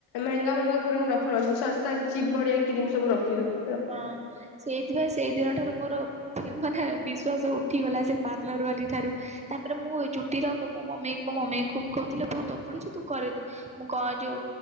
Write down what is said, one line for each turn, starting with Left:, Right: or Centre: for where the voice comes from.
Left: ମେଙ୍ଗା ମେଙ୍ଗା କ୍ରିମ ରଖୁନ୍ତି ଶସ୍ତା ଚିପ୍ ଭଢିଆ କ୍ରିମ ସବୁ ରଖିନ୍ତି।
Right: ହଁ ସେଇ। ସେଥିପାଇଁ ସେଇ ଦିନଠାରୁ ମୋର ମାନେ ବିଶ୍ଵାସ ଉଠିଗଲା ସେ ପାର୍ଲରବାଲି ଠାରୁ ତାପରେ ମୁ ମୁଁ ଏ ଚୁଟି ରଖ ମୋ ମମି ମୋ ମମି କହୁଥିଲେ ବହୁତ ଉପୁଡୁଛି ତୁ କରିରି ଦେ ମୁଁ କ ଯଉ